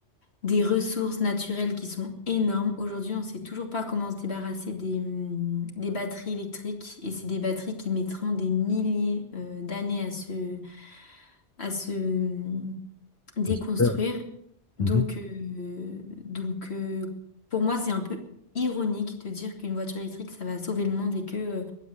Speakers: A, on the left; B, on the left.
A: des ressources naturelles qui sont énormes. Aujourd'hui, on ne sait toujours pas comment se débarrasser des, hum, des batteries électriques et c'est des batteries qui mettront des milliers euh, d'années à se à se euh, déconstruire.
B: Ah, super.
A: Donc,
B: Mhm.
A: euh, donc euh, pour moi, c'est un peu ironique de dire qu'une voiture électrique, ça va sauver le monde et que euh,